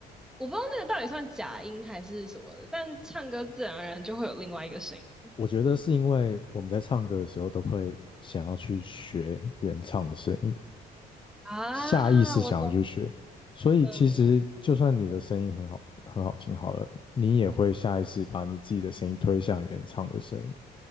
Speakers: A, in the centre; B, on the left (about 30°).
A: 我不知道那个到底算假音还是什么的但唱歌自然而然就会有另外一个声音
B: 我觉得是因为我们在唱歌的时候都会想要去学原唱的声音。
A: 啊。
B: 下意识想要去学，
A: 我懂
B: 所以其实就算你的声音很好，
A: 了，
B: 很好听好了，你也会下意识把你自己的声音推向原唱的声音。